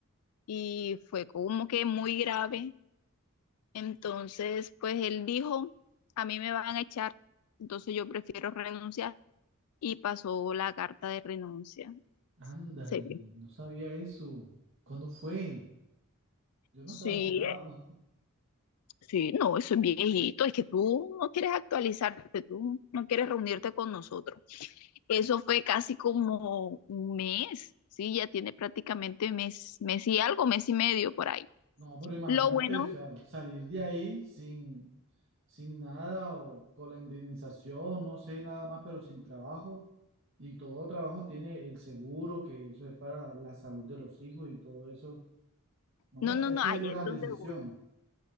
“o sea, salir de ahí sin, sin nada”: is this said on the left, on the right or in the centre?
Right